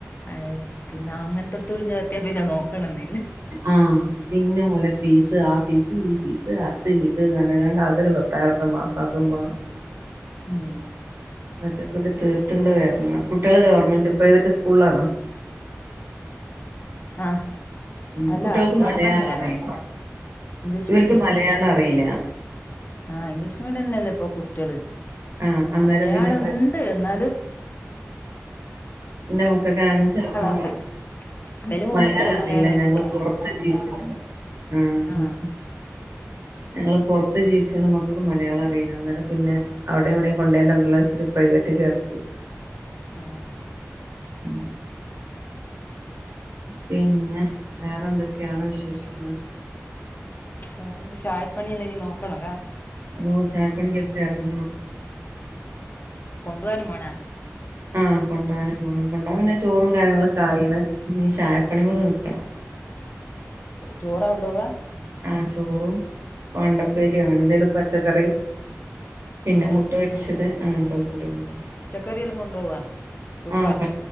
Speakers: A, on the left (about 40°); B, on the right (about 60°).
A: അയെ പിന്നെ അങ്ങനത്തെ ഒത്തടി ചത്തിയാ പിന്നെ നോക്കണന്നില്ല.
B: ആഹ് പിന്നെ ഓലെ പീസ് ആഹ് ഫീസ് ഈ ഫീസ് അത് ഇത് നനകാണ്ട് അതൊരു പത്തായിരം രൂപ മാസം അതും വേണം <unintelligible>
A: ഉം
B: <unintelligible> കുട്ടികൾ ഗവൺമെന്റ് പ്രൈവറ്റ് സ്കൂളാണ്.
A: ആഹ്
B: ഉം
A: അല്ല
B: കുട്ടികൾക്ക്
A: ഗവൺമെന്റ്
B: മലയാളം
A: അല്ല
B: അറിയില്ല
A: ഇംഗ്ലീഷ്
B: ഇവർക്ക്
A: മീഡിയം.
B: മലയാളം അറിയില്ല.
A: ആഹ് ഇംഗ്ലീഷ് മീഡിയം തന്നെയല്ലോ ഇപ്പോ കുട് ട്ട്യള്.
B: ആഹ് അന്നേരം
A: മലയാളണ്ട്
B: പിന്നെ
A: ന്നാലും
B: ഇന്റെ മകക്ക് ആനാണ് ചെർപ്പം
A: ഉണ്ട് ഇവല് പോണടത്തെല്ലാം
B: മലയാളം അറിയില്ല.
A: ഉണ്ട്
B: ഞങ്ങള് പൊറത്താ ജീവിച്ചതൊക്കെ. ഉം
A: ആഹ്
B: ഉം. ഞങ്ങള് പൊറത്ത് ജീവിച്ചതും മക്കക്ക് മലയാളം അറിയില്ല. അന്നേരം പിന്നെ അവിടെയും ഇവിടെയും കൊണ്ടോണ്ടല്ലോച്ചിട്ട്‌ പ്രൈവറ്റി ചേർത്തി.
A: ആഹ്.
B: ഉം പിന്നെ, വേറെന്തൊക്കെയാണ് വിശേഷങ്ങള്?
A: വേറെന്ത്? ചായപ്പണിയല്ലൊ ഇനി നോക്കണല്ലേ?
B: അതോ ചായപ്പണിക്കൊക്കെ എറങ്ങീനൊ?
A: ഉം. കൊണ്ട് പോവാനും മേണാ?
B: ആഹ് കൊണ്ടാവാനും മേണം. കൊണ്ടാവാൻ പിന്നെ ചോറും കാര്യങ്ങളൊക്കെ ആയിണ്. ഇനി ചായപ്പണിയാക്കെ നോക്കിയാ
A: ചോറാ കൊണ്ടോവാ?
B: ആഹ് ചോറും, വെണ്ടപ്പേരിയോ അങ്ങനെ എന്തേലും പച്ചക്കറി പിന്നെ
A: ഉം
B: മുട്ട പൊരിച്ചത് അങ്ങനത്തൊക്കെ കൂടി കൊണ്ടോവും.
A: പച്ചക്കറിയെല്ലാം കൊണ്ടോവാ കൂട്ടുവാ
B: ആഹ് പ